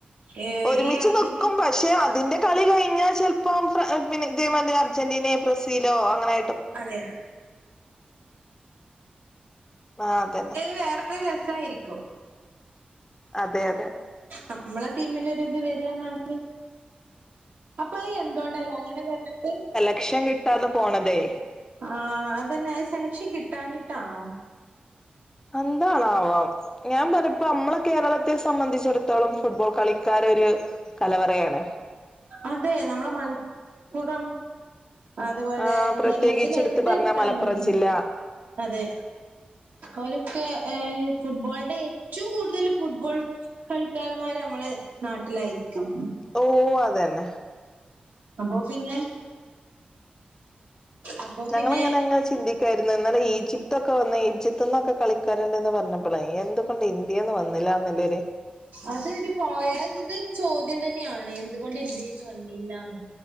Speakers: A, on the right; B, on the left.
A: ഏഹ്
B: ഒരുമിച്ച്
A: ഈ അർജന്റീ
B: നിക്കും പക്ഷെ അതിന്റെ. കളി കഴിഞ്ഞാൽ ചിലപ്പം പിന്നെ ഇതേമാതിരി അർജന്റീനെ ബ്രസീലോ അങ്ങനെ
A: <unintelligible> അതെ
B: ആഹ് അതന്നെ
A: വേറെ അത്ര രസായിരിക്കും
B: അതെ അതെ
A: നമ്മളെ ടീമിൽൊരി ഇത് വരാ മാതി അപ്പൊ എന്തുകൊണ്ടല്ലോ അങ്ങനെ വരിട്ട്
B: ലക്ഷം കിട്ടാതെ പോണതേ
A: ആ അതന്നെ അത് സെലക്ഷൻ കിട്ടാഞ്ഞിട്ടാണോ
B: എന്താണാവാം ഞാൻ പറഞ്ഞപ്പ നമ്മളെ കേരളത്തെ സംബന്ധിച്ചിടത്തോളം ഫുട്ബോൾ കളിക്കാരരു കലവറയാണ്േ
A: അതെ നമ്മള മലപ്പുറം അതുപോലെ
B: ആ പ്രത്യേകിച്ച്
A: കേരളത്തി
B: എടുത്ത്
A: എവിടെ
B: പറഞ്ഞ
A: എടുത്താലും
B: മലപ്പുറം ജില്ല
A: അതെ ഓലൊക്കെ ഏ ഫുട്ബോളിന്റെ ഏറ്റവും കൂടുതൽ ഫുട്ബോൾ കളിക്കാരമാര് നമ്മളെ നാട്ടിലായിരിക്കും
B: ഓ അതന്നെ
A: അപോ പിന്നെ അപ്പൊ
B: ഞങ്ങള്
A: പിന്നെ
B: ങ്ങനെങ്ങെ ചിന്തി ക്കായിരുന്നുഎന്നാലും ഈജിപ്തൊക്കെ വന്ന ഈജിപ്ത്ന്നൊക്കെ കളിക്കാരണ്ടന്ന് പറഞ്ഞപ്പോളെ എ ണ്ട് ഇന്ത്യന്ന് വന്നില്ലന്നല്ലര്
A: അതൊരു പോയാതരു ചോദ്യം തന്നെയാണ് എന്തുകൊണ്ട് ഇന്ത്യ ന്ന് വന്നിില്ലന്ന്